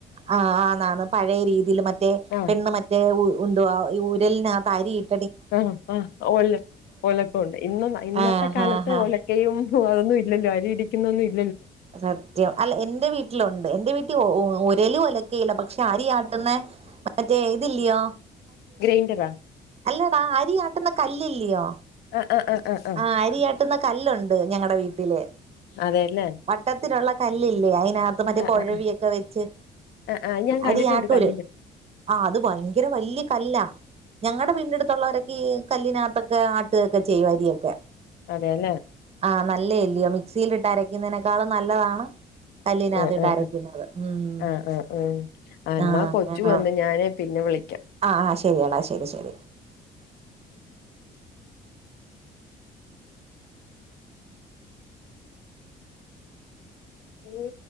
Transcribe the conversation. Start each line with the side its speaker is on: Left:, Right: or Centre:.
Right: ആഹ് ആന്നാന്ന് പഴയ രീതിയിൽ മറ്റേ
Left: ആഹ്
Right: പെണ്ണ് മറ്റേ ഉ ഉന്തുവാ ഇ ഉ ഇതിനകത്ത് അരി ഇട്ട്
Left: ആണാ അ ഒലക്കൊണ്ട് ഇന്ന് ഇന്നത്തെ
Right: ആഹ്
Left: കാലത്ത്
Right: ആഹ് ആഹ്
Left: ഒലക്കയും ഹോ അതൊന്നും ഇല്ലല്ലോ അരി ഇടിക്കുന്നൊന്നും ഇ
Right: സത്യം അല്ല എന്റെ വീട്ടിലുണ്ട് എന്റെ വീട്ടിൽ ഒരലും അല്ല ക്കേല്ല പക്ഷെ അരി ആട്ടുന്ന മറ്റേ ഇതില്യോ.
Left: ഗ്രൈൻഡറാ
Right: അല്ലടാ അരിആട്ടുന്ന കല്ലില്ലയോ
Left: ആഹ് ആഹ് ആഹ് ആഹ് ആഹ്
Right: ആ അരിയാട്ടുന്ന കല്ലുണ്ട് ഞങ്ങടെ വീട്ടില്
Left: അതെല്ലേ
Right: വട്ട ട്ടത്തിലുള്ള കല്ലില്ലേ അ അയിനാത്ത് മറ്റേ
Left: ആഹ്
Right: കുഴവിയൊക്കെ
Left: ആഹ്
Right: വെച്ച്
Left: ആഹ് ആഹ് ഞാൻ
Right: അരി
Left: കണ്ടിട്ടുണ്ട്
Right: ആട്ടൂലേ
Left: കണ്ടിട്ടുണ്ട്
Right: ആ അത് പൊയി ഭയങ്കര വല്യ കല്ലാ ഞങ്ങളുടെ വീട്ടിന്റെ അടുത്തുള്ളവരൊക്കെ ഈ കല്ലിനാത്തൊക്കെ ആട്ടുക ഒക്കെ ചെയ്യും അരിയൊ ക്ക <inaudible>
Left: അത് തന്നെ
Right: ആഹ് നല്ലല്ലയോ മിക്സിലിട്ട് അരക്കുന്നതിനേക്കാളും നല്ലതാണ്. കല്ലിനകത്തിട്ട്
Left: ആ ആ
Right: അരയ്ക്കുന്നത് ഉം
Left: ആ ആ ആ് എന്നാ
Right: ആഹ്
Left: കൊച്ചു
Right: അങ്ങനെ
Left: വന്ന് ഞാന് പിന്നെ വിളി
Right: ആഹ് ആ ശ ശെരിയടാ ശെരി ശെരി
Left: ഊ